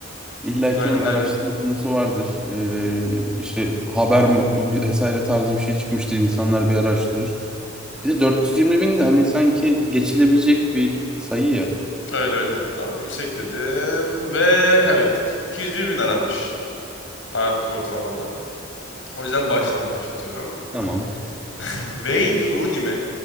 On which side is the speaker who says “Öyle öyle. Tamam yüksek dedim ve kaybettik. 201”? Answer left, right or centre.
Left